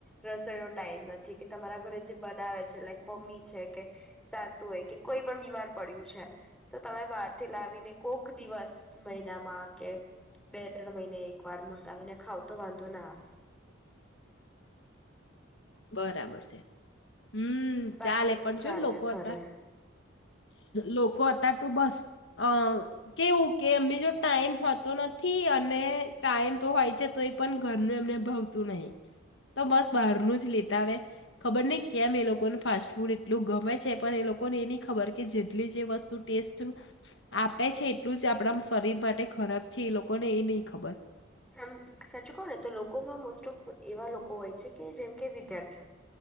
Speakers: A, in the centre; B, on the left.
A: રસોઈનો ટાઈમ નથી કે તમારા ઘરે જે બનાવે છે લાઈક મમ્મી છે કે સાસુ હોય કે કોઈ પણ બીમાર પડ્યું છે, તો તમે બહાર થી લાવીને કોક દિવસ મહિનામાં કે બે ત્રણ મહિને એક વાર મંગાવીને ખાવ તો વાંધો ના આવે.
B: બરાબર છે. હમ
A: બાકી
B: ચાલે
A: તો
B: પણ
A: ચાલે
B: જો ને લોકો
A: ઘરે.
B: અતાર લોકો અત્યારે તો બસ અહ કેવું કે એમની જો ટાઈમ હોતો નથી અને ટાઈમ તો હોય છે તો એ પણ ઘરનું એમને ભવતું નહી, તો બસ બહારનું જ નથ લેતા હવે ખબર નહી કેમ એ લોકોને ફાસ્ટ ફૂડ એટલું ગમે છે, પણ એ લોકોને એ નહી ખબર કે જેટલી જે વસ્તુ ટેસ્ટ આપે છે, એટલું જ આપણા શરીર માટે ખરાબ છે એ લોકોને એ નહી ખબર.
A: સમ સાચું કહો ને તો લોકોમાં મોસ્ટ ઓફ એવા લોકો હોય છે કે જેમ કે વિદ્યાર્થીઓ